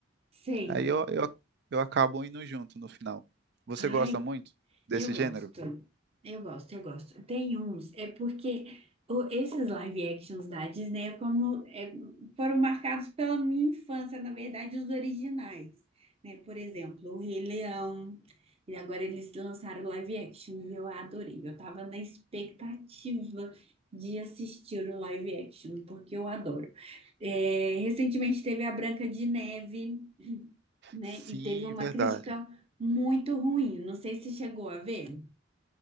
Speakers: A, on the right; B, on the right.
A: sei.
B: Aí eu, eu, eu acabo indo junto no final. Você
A: Ai,
B: gosta muito desse
A: Eu gosto,
B: gênero?
A: eu gosto, eu gosto. Tem uns, é porque o- esses live actions da Disney é como, é, foram marcados pela minha infância, na verdade, os originais, né? Por exemplo, o Rei Leão, e agora eles lançaram o live action e eu adorei. Eu tava na expectativa de assistir o live action, porque eu adoro. É, recentemente teve a Branca de Neve, <clears throat> né?
B: Sim,
A: E teve uma
B: verdade.
A: crítica muito ruim. Não sei se chegou a ver.